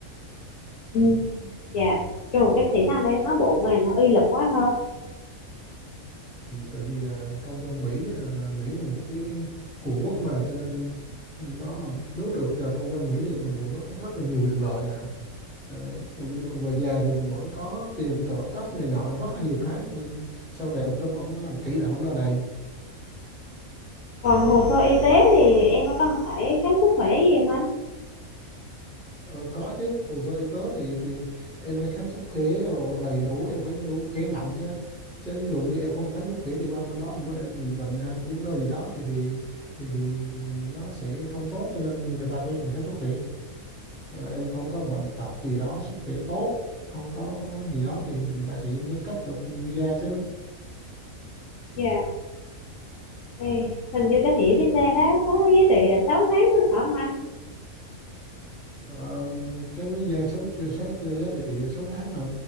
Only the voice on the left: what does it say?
ừ dạ Trời, cái thị xã này nó bộ mà nó uy lực quá thôi
còn hồ sơ y tế thì em có cần phải khám sức khỏe gì không anh
dạ thì hình như cái thẻ visa đó có giá trị là 6 tháng nữa phải không anh